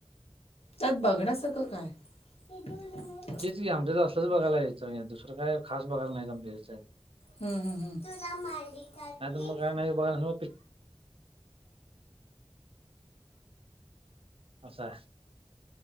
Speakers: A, on the left; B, on the right.
A: त्यात बघण्यासारखं काय हेग
B: हेच की आमच्या तर असलंच बघायला याचं दुसरं काय खास बघाला नाहीच आम याचंय
A: ह तुला मालिकाची
B: नाही तर मग काय नाही बघायला मग पिक- अच्छा